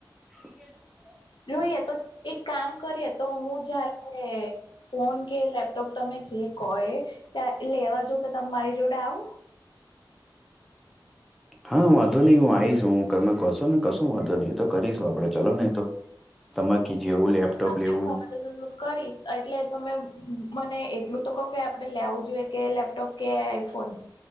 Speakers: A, in the centre; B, on the left (about 70°).
A: <inaudible>
B: જોઈએ તો, એક કામ કરીએ તો હું જ્યારે <unintelligible> ફોન કે લેપટોપ તમે જે કો એ, ત્યાં લેવા જવ તો તમ મારી જોડે આવો? <inaudible>
A: હા વાંધો નહી હું આઈસ હુ, <unintelligible> કશો વાંધો નહી તો કરીશું આપડે ચલોને એતો. <unintelligible> જેવું લેપટોપ
B: તમને
A: લેવું
B: <inaudible> કરીશ એટલે તમે મને એટલું તો કો કે આપડે લેવું જોઈએ કે લેપટોપ કે આઇફોન!